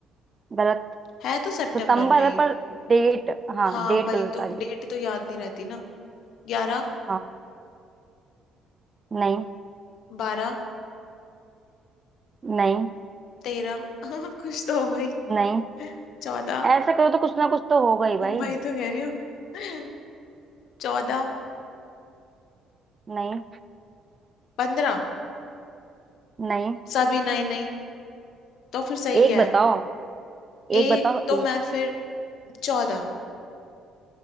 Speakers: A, on the right; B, on the left.
A: गलत
B: है तो सितंबर
A: सितंबर
B: में ही
A: है पर डेट हाँ
B: हाँ
A: डेट
B: वही
A: गलत
B: तो
A: आ रही
B: डेट
A: हो
B: तो याद नहीं रहती ना ग्यारह
A: हाँ नहीं
B: बारह
A: नहीं
B: तेरह <laughs> कुछ तो हो भाई
A: नहीं
B: चौदह
A: ऐसा करो तो कुछ ना कुछ तो होगा ही भाई
B: वही तो कह रही हूँ <laughs> चौदह
A: नहीं
B: पंद्रह
A: नहीं
B: सभी नहीं नहीं तो फिर सही
A: एक
B: क्या
A: बताओ
B: है एक
A: एक बताओ
B: तो
A: एक
B: मैं फिर चौदह